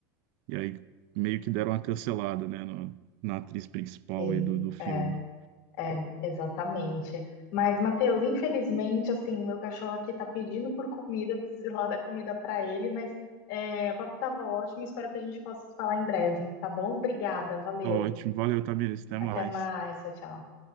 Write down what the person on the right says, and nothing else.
e aí meio que deram uma cancelada, né, no- na atriz principal
aí do, do filme.
Tá Ótimo, valeu, Tamires, até
mais.